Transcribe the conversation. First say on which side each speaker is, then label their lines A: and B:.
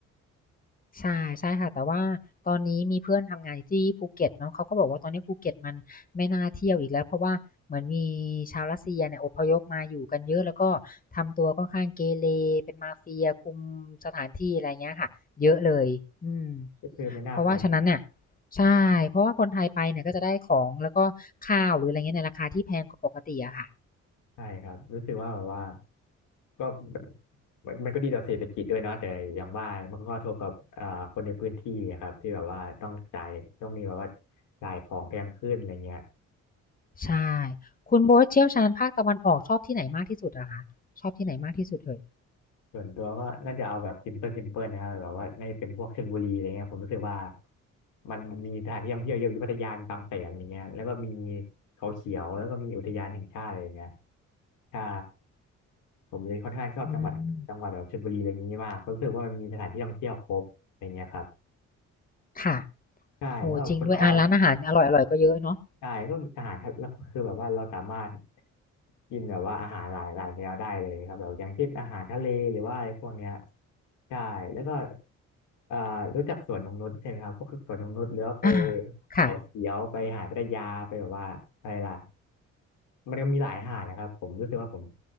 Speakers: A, on the left (about 30°); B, on the left (about 85°).
A: ใช่ใช่ค่ะแต่ว่าตอนนี้มีเพื่อนทำงานอยู่ที่ภูเก็ตเนาะเขาก็บอกว่าตอนนี้ภูเก็ตมันไม่น่าเที่ยวอีกแล้วเพราะว่าเหมือนมีชาวรัสเซียเนี่ยอพยพมาอยู่กันเยอะแล้วก็ทำตัวค่อนข้างเกเรเป็นมาเฟียคุมสถานที่อะไรเงี้ยค่ะเยอะเลยอืม
B: ก็คือไม่น่าไป
A: เพราะว่าฉะนั้นเนี่ยใช่เพราะว่าคนไทยไปเนี่ยก็จะได้ของแล้วก็ข้าวหรืออะไรเงี้ยในราคาที่แพงกว่าปกติอะค่ะ
B: ใช่ครับรู้สึกว่าแบบว่าก็มันมันก็ดีต่อเศรษฐกิจด้วยเนาะแต่อย่างว่ามันก็กระทบกับอ่าคนในพื้นที่อะครับที่แบบว่าต้องจ่ายต้องมีแบบว่าจ่ายของแพงขึ้นอะไรเงี้ย
A: ใช่คุณโบ๊ทเชี่ยวชาญภาคตะวันออกชอบที่ไหนมากที่สุดอะคะชอบที่ไหนมากที่สุดเอ่ย
B: ส่วนตัวก็น่าจะเอาแบบซิมเพิลซิมเพิลนะครับแบบว่าน่าจะเป็นพวกชลบุรีอะไรเงี้ยผมรู้สึกว่ามันมีสถานที่ท่องเที่ยวเยอะอยู่พัทยามีบางแสนอย่างเงี้ยแล้วก็มีเขาเขียวแล้วก็มีอุทยานแห่งชาติอะไรอย่างเงี้ยใช่ผมเลยค่อนข้างชอบจังหวัดจังหวัดแบบชลบุรีอะไรอย่างงี้มากเพราะรู้สึกว่ามันมีสถานที่ท่องเที่ยวครบอะไรเงี้ยครับ
A: อืมค่ะ
B: ใช่แล้วก็คุณออย
A: โอ้จริงด้วยอ่าร้านอาหารอร่อยๆก็เยอะเนาะ
B: ใช่ก็อาหารทะแล้วคือแบบว่าเราสามารถกินแบบว่าอาหารหลายหลายแนวได้เลยครับแบบอย่างเช่นอาหารทะเลหรือว่าอะไรพวกเนี้ยใช่แล้วก็เอ่อรู้จักสวนนงนุชใช่ไหมครับพวกสวนนงนุชหรือว่าไป
A: อาค่ะ
B: เขาเขียวไปหาดพัทยาไปแบบว่าอะไรล่ะมันก็มีหลายหาดนะครับผมรู้สึกว่าผม